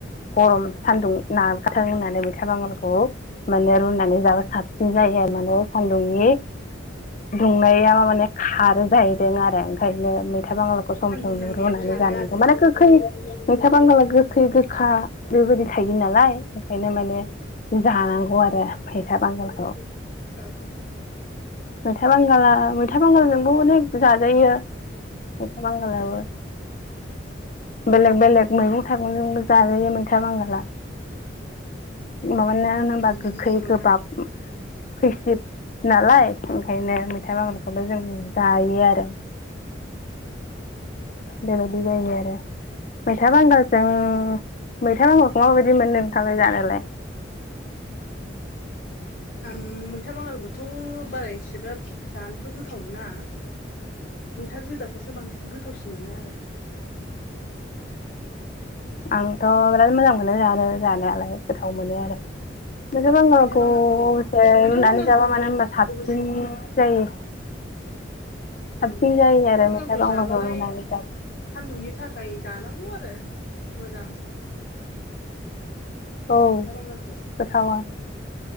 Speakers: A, on the left; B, on the left.
A: गरम सान्दुं नाथ रोंनानै मैथा बांगालखौ माने रुनानै जाबो साबसिन जायो आरो माने सान्दुंनि दुंनाया मा माने खारो जाहैदों आरो ओंखायनो मैथा बांगाल सम
B: सान्दुं
A: सम
B: नांनाया
A: रुनानै
B: खारो
A: जानांगौ
B: आरो
A: माने गोखै मैथा बांगाला गोखै गोखा बेबायदि थायो नालाय ओंखायनो माने जानांगौ
B: औ
A: आरो फैसा बांगालखौ
B: औ
A: मैथा बांगा मैथा बांगालजोंबो अनेक जाजायो मैथा बांगालाबबो बेलेग बेलेग मैगं थाइगंजोंबो जाजायो खोथा बांगाला माबानो होनोबा
B: उम
A: गोखै
B: नंगौ नोंथां
A: गोबाब खैसिब नालाय ओंखायनो मैथाइ बांगालखौबो जों जायो आरो
B: <inaudible>
A: बेबायदि जायो आरो मैथा बांगालजों मैथा नांगाखौ माबायदि मोनो नोंथां जानायालाय
B: आं मैथा बांगालखौथ' बारा एसे्राब जानोथ' गोथाव मोना मैथा गोजाखौसो बांसिन गोथावसिन मोनो आरो
A: आंथ' बिराद मोजां मोनो जानो जानायालाय गोथाव मोनो आरो नोंसोर बांगालखौसे
B: मैथा बांगालखौ मैथा
A: रुनानै
B: बांगालखौ
A: जाबा मानो होनबा साबसिन
B: अबसे
A: जायो साबसिन
B: उ
A: जायो
B: मैथा
A: आरो
B: बांगालखौ जाबालाय
A: रुनानै जाबा
B: सान्दुंनि थाखाय जानांगौ आरो मोजां
A: औ
B: मैथा बांगालखौ
A: गोथाव आरो